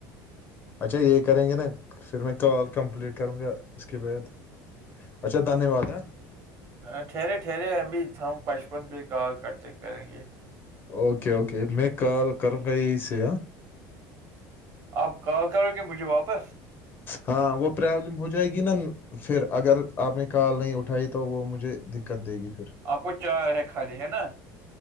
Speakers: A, on the left (about 30°); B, on the right (about 40°).
A: اچھا یہی کریں گے نا پھر میں کال کمپلیٹ کروں گا اس کے بعد اچھا دھنیہ واد ہے
B: ہ ٹھہرے ٹھہرے ابھی ہم پچپن پہ ہی کال کرتے کریں گے
A: اوکے اوکے میں کال کروں گا یہ سے
B: آپ کال کرو گے مجھے واپس
A: ہاں وہ پرابلم ہو جائے گی نا پھر اگر آپ نے کال نہیں اٹھائی تو وہ مجھے دقت دے گی پھر
B: آپ کو چار ہے خالی ہے نا